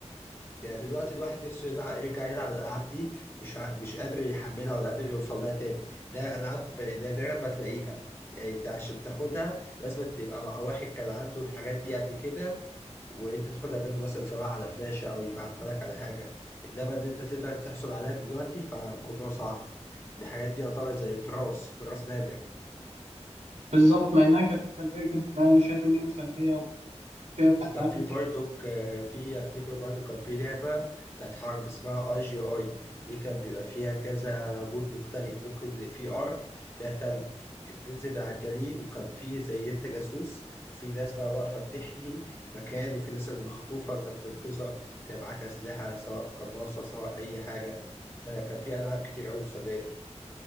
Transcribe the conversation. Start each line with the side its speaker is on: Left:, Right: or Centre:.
Left: يعني دلوقتي الواحد نفسه يلعب يرجع يلعب الالعاب دي مش ع- مش قادر يحملها ولا قادر يوصل لها تاني ده العاب نادرا ما تلاقيها يعني انت عشان تاخدها لازم تبقى مع واحد كان عنده الحاجات دي قبل كده وانت تاخدها منه مثلا سواء على فلاشه او يبعتها لك على حاجه انما ان انت تقدر تحصل عليها دلوقتي فموضوع صعب الحاجات دي يعتبر زي تراث تراث نادر
Right: بالظبط مع إنها كانت مسلية جدا أنا شايف إن هي مسلية وفيها روح
Left: وكان
Right: تعاون
Left: في برضك آه، في افتكر برضو كان في لعبة بتاعت حرب اسمها اي جي اي دي كان بيبقى فيها كذا بود مختلف ممكن اللي فيه ارض فيها تلج كنت بتنزل على الجليد وكان فيه زي انت جاسوس وفي ناس بقى واقفة بتحمي المكان وفي ناس اللي مخطوفة انت بتنقذها بيبقى معاك أسلحة سواء قناصة سواء أي حاجة فكان في ألعاب كتير أوي مسلية